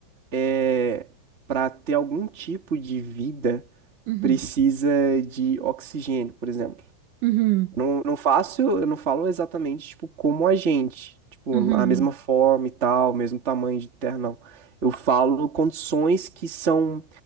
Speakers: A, on the right; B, on the right.
A: é, para ter algum tipo de vida
B: Uhum.
A: precisa de oxigênio, por exemplo.
B: Uhum,
A: Não, não faço, eu não falo exatamente, tipo, como a gente. Tipo,
B: uhum,
A: a mesma forma e tal, mesmo tamanho de terra, não. Eu falo condições que são,